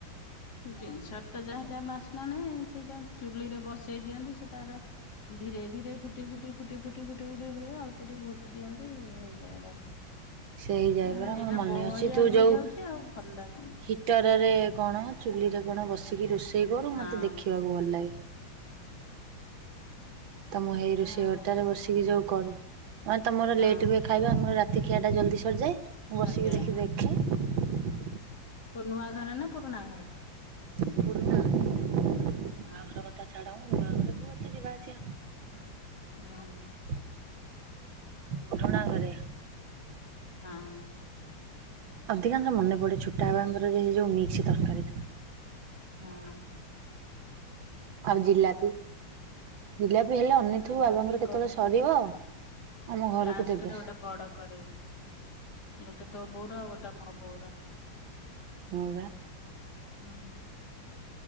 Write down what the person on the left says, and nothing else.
ଜିନଷର ତ ଯା ଯାହା ବାସ୍ନା ନାହିଁ ସେଇଟା ଚୁଲିରେ ବସେଇ ଦିଅନ୍ତି ସେ ତାର ଧୀରେ ଧୀରେ ଫୁଟି ଫୁଟି ଫୁଟି ଫୁଟି ଫୁଟି ଫୁଟି ହୁଏ ଅଳ୍ପ ଟିକେ ଦିଅନ୍ତି ହେଇଯାଏ ଏଟା
ନା
ଏଇଟା
ବହଳିଆ
ହେଇଯାଉଛି
ଆଉ ଭଲ ଲାଗୁନି।
ହଁ।
ସେଇଟା
ଆଉ
ହଁ
ସଜାଏ
କ ନୂଆ ଘର ନା ପୁରୁଣା ଘରେ?
ହଁ
ହୁଁ
ହଁ
ହଁ
ଜିଲାପି
ଗଜା
ଲାଷ୍ଟରେ
ଗୋଟେ ବଡ କରିବେ ଗୋଟେ ତୋ ବୋଉର ଆଉ ଗୋଟେ ମୋ ବୋଉର
ହଁ